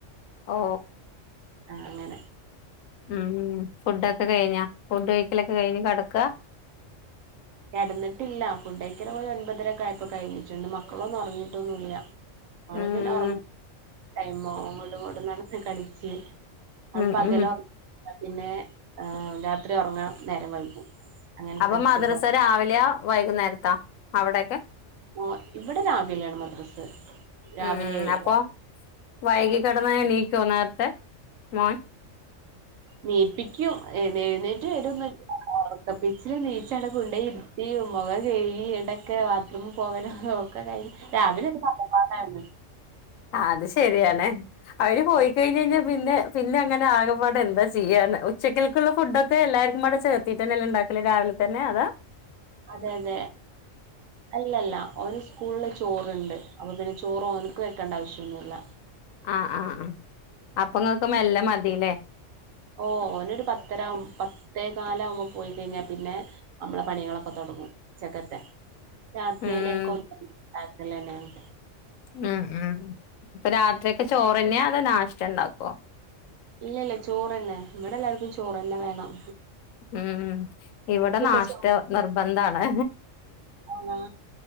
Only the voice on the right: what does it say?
ആ അങ്ങനെ
കടന്നിട്ടില്ല ഫുഡ്കഴിക്കല് ഒൻപതരക്കെആയപ്പൊ കഴിഞ്ഞിട്ടുണ്ട് മക്കളൊന്നും ഉറങ്ങിയിട്ടൊന്നുവില്ല അവള്
പിന്നെ ഉറങ്ങുമ്പോ ടൈആവും അങ്ങോട്ടും ഇങ്ങോട്ടും നടന്ന് കളിച്ച് അത്
പകല്
ഉറങ്ങിയാ പിന്നെ, രാത്രി ഉറങ്ങാൻ നേരം വൈകും. അങ്ങനത്തെ
ഒരു
സ്വഭാവം.
<unintelligible> ഇവിടെ രാവിലെണ് മദ്രസ്. രാവിലെ
ഏഴിന്
<inaudible>
നീപ്പിക്കും. ഏ എഴുന്നേറ്റ് വരൊന്നൂല്യ <inaudible> ഒറക്കപിച്ചില് നീച്ച് ആണ്ട് കൊണ്ടോയി ഇരുത്തി, മുഖം കഴുകി. <unintelligible> ണ്ടൊക്കെ ബാത്‌റൂമിൽ പോകലും <inaudible> രാവിലെ ഒരു വെത്തപ്പാട് ആയിന്ന്.
അതെ അതെ. അല്ലല്ല, ഓന് സ്കൂളില് ചോറ്ണ്ട്. അപ്പൊ പിന്നെ ചോറ് - ചോറ് ഓന്ക് വെക്കണ്ട ആവശ്യന്നും ഇല്ല.
ഓ ഓനൊരു പത്തര ആവുമ്പോ പത്തേകാലാവുമ്പോ <inaudible> പോയി കഴിഞ്ഞാൽ പിന്നെ, നമ്മളെ പണികളൊക്കെ തുടങ്ങും. ഉ ച്ചക്കത്തെ- രാത്രിയിലേക്ക്
<unintelligible> ഇണ്ടക്കലെന്നെണ്.
ഇല്ല ഇല്ല ചോറെന്നെ. ഇവിടെ എല്ലാർക്കും ചോറെന്നെ വേണം.
എനിക്കൊക്കെ
ചോ
ആണോ